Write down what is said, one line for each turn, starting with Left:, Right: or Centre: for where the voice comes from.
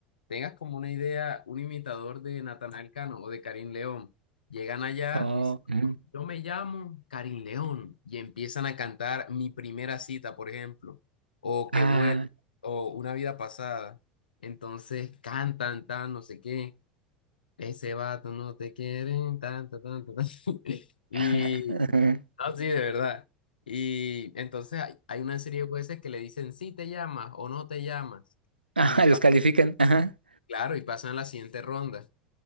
Left: tengas como una idea, un imitador de Natanael Cano o de Karim León. Llegan allá,
Right: Oh,
Left: dicen,
Right: ujú.
Left: yo me llamo Karim León, y empiezan a cantar Mi primera cita, por ejemplo, o Que
Right: Ah,
Left: huele, o Una vida pasada. Entonces cantan, tan, no sé qué, ese vato no te quieren, tan, tan, tan, tan. tan". <laughs> Y,
Right: <laughs> ujú.
Left: no, sí, de verdad. Y entonces hay, hay una serie de jueces que le dicen si te llamas o no te llamas.
Right: Ajá,
Left: Y
Right: Ajá,
Left: pa-
Right: los califican. Ajá.
Left: claro, y pasan a la siguiente ronda.